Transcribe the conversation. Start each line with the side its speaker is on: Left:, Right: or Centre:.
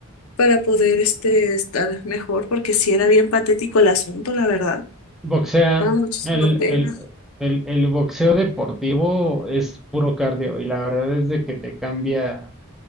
Left: para poder este, estar mejor, porque sí era bien patético el asunto, la verdad.
Centre: Boxea.
Left: Daba muchísima
Centre: El,
Left: pena.
Centre: el, el, el boxeo deportivo es puro cardio y la verdad es de que te cambia,